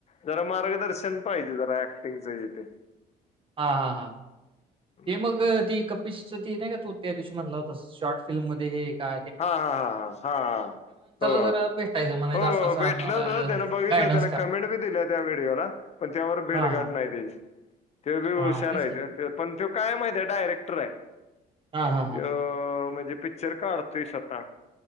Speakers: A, on the left; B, on the right.
A: जरा मार्गदर्शन पाहिजे जरा ऍक्टिंगच इथे.
B: हा हा हा
A: हा
B: ते मग ती कपीस स ते नाही का तू त्या दिवशी मधला होतस शॉर्ट फिल्म मध्ये हे का?
A: हा हा हा हा हा हा. हो
B: जरा भेटायचं म्हणायचं
A: हो
B: असं-असं आम्हाला
A: भेटल होत त्यान बघितलं
B: गाईडन्स
A: त्यान
B: करा.
A: कमेंट बी दिले त्या व्हिडिओला. पण त्यावर
B: हां,
A: भेटघाट
B: हां.
A: नाही त्याची. ते बी हुशार
B: हां, तेच
A: आहे
B: की.
A: त पण ते काय माहित आहे डायरेक्टर आहे.
B: हां, हां, हां.
A: ते म्हणजे पिकच्चर काढतोय स्वतः